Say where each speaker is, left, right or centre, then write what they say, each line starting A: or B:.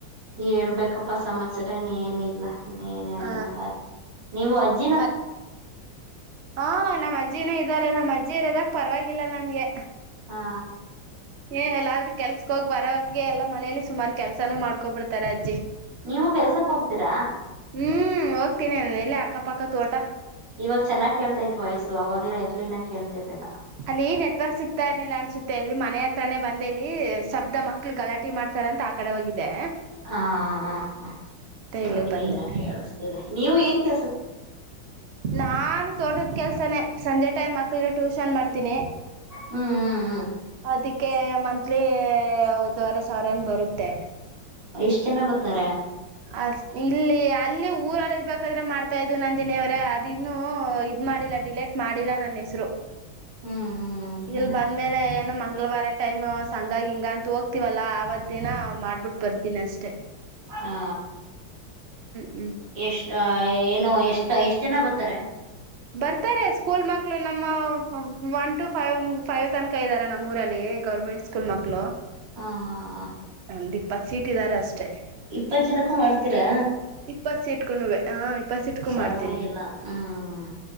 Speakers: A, on the right (about 60°); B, on the right (about 90°).
A: ನೀ ಹೇಳ್ಬೇಕಪ್ಪಾ ಸಮಸ್ಯೆ ಸರನ ಏನ ಇಲ್ಲ ನೀ ನ್ ಹೇಳೋಣ
B: ಹ
A: ನೀವು ಅಜ್ಜ
B: ಮತ್ ಹಾ ನಮ್ಮ್ ಅಜ್ಜಿನೂ ಇದ ನಮ್ಮ ಅಜ್ಜಿ ಇರೋದಕ್ ಪರವಾಗಿಲ್ಲ ನಮ್ಗೆ
A: ಹಾ
B: ಏ ಎಲ್ಲಾದ್ರ ಕೆಲ್ಸ ಹೋಗಿ ಬರೋತ್ತಗೆ ಎಲ್ಲ ಮನಲಿ ಸುಮಾರ ಕೆಲಸಾನು ಮಾಡ್ಕೊಬ ಬಿಡ್ತಾರೆ ಅದ್
A: ನೀವು ಕೆಲ್ಸಕ್ ಹೋಗ್ ತೀರ
B: ಹ್ಮ್ ಹೋಗ್ತೀನಿ ಇಲ್ಲಿ ಅಕ್ಕಪಕ್ಕ ತೋಟ
A: ಇವಾಗ ಚೆನ್ನಾಗ್ ಕೇಳ್ತೈತ್ ವಯ್ಸು ಅವವಾಗಲೇ ಕ್ಲೀನ್ ಆಗ್ ಕೇಳ್ತಿರ್ಲಿಲ್ಲ
B: ಅಲ್ಲಿ ನೆಟ್ವರ್ಕ್ ಸಿಗ್ತಾ ಇರ್ನಿಲ್ಲ ಅನ್ಸುತ್ತೆ ಇಲ್ಲಿ ಮನೆ ಹತ್ರನೇ ಬಂದ ಇಲ್ಲಿ ಶಬ್ದ ಮಕ್ಳು ಗಲಾಟಿ ಮಾಡ್ತಾರಂತ ಆ ಕಡೆ ಹೋಗಿದೆ
A: ಹಾ ಹ ಹ ಇವಾಗ
B: ಇಲ್ಲಿಗ್
A: ಕ್ಲೀನ್
B: ಬಂದೆ
A: ಆಗ ಕೇಳಿಸತಿದೆ ನೀವು ಏನ್ ಕೆ
B: ನಾನು ತೋಟದ ಕೆಲ್ಸನನೆ ಸಂಜೆ ಟೈಮ್ ಮಕ್ಳಿಗೆ ಟ್ಯೂಷನ್ ಮಾಡ್ ತಿನಿ
A: ಹ್ಮ್ ಹ್ಮ್ ಹ್ಮ್
B: ಅದಕ್ಕೆ ಮಂತ್ಲಿ ಒದುವರೆ ಸಾವಿರ ನ ಬರುತ್ತೆ
A: ಎಷ್ಟ್ ಜನ ಬರ್ತಾರ
B: ಅ ಇಲ್ಲಿ ಅಲ್ಲಿ ಊರಲ್ಲಿ ಇರ್ಬೇಕಾದ್ರೆ ಮಾಡ್ತಾ ಇದು ನನ್ ದಿನೇವ್ರೆ ಅದು ಇನ್ನುೂ ಇದ್ ಮಾಡಿಲ್ಲ ಡಿಲೇಟ್ ಮಾಡಿಲ್ಲಾ ನನ್ನ ಹೆಸರು
A: ಹ್ಮ್ ಹ್ಮ್ ಹ್ಮ್
B: ಇಲ್ ಬಂದ್ಮೇಲೆ ಏನ ಮಂಗ್ ಮಂಗಳವಾರ ಟೈಮ್ ಸಂಂಗಾಗಿ ಹಿಂಗ ಅಂತ ಹೋಗ್ತಿವಲ್ಲಾ ಆವದೇನ ಮಾಡ್ಬಿಟ್ ಬರ್ತೀನಿ ಅಷ್ಟೇ
A: ಹಾ
B: ಹ್ಮ್
A: ಎಷ್ಟ ಎ ಏನು ಎಷ್ಟ ಎಷ್ಟ್ ಜನ ಬರ್ತಾರೆ
B: ಬರ್ತಾರೆ ಸ್ಕೂಲ್ ಮಕ್ಳು ನಮ್ಮ ಒನ್ ಟು ಫೈವ್ ಫೈವ್ ತನಕ ಇದಾರೆ ನಮ್ಮೂಊರಲ್ಲಿ ಗೌರ್ಮೆಂಟ್ ಸ್ಕೂಲ್ ಮಕ್ಳು
A: ಹಾ ಹಾ ಹ
B: ಒಂದ್ ಇಪ್ಪತ್ ಸೀಟ್ ಇದಾರೆ ಅಷ್ಟೇ
A: ಇಪ್ಪತ್ ಜನಕ್ಕೂ ಮಾಡ್ತೀರಾ
B: ಇಪ್ಪತ್ ಸೀಟ್ಕೂನುವೆ ಹಾ ಇಪ್ಪತ್ ಸೀಟ್ಕೂ
A: ಪರವಾಗಿಲ್ಲ
B: ಮಾಡ್ತೀನಿ
A: ಹ್ಮ್